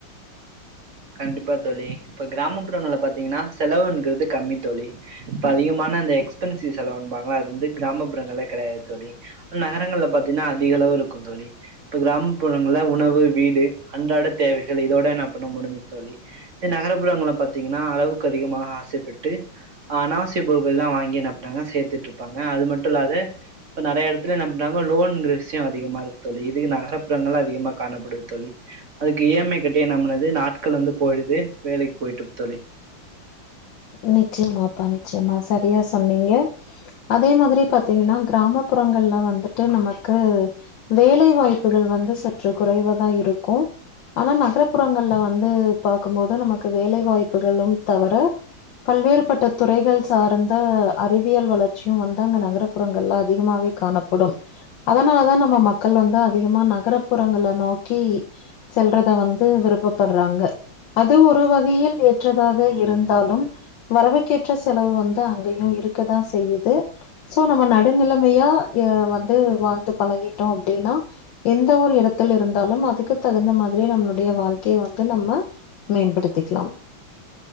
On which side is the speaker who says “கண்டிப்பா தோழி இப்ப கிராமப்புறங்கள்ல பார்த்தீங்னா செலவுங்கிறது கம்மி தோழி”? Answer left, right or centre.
Right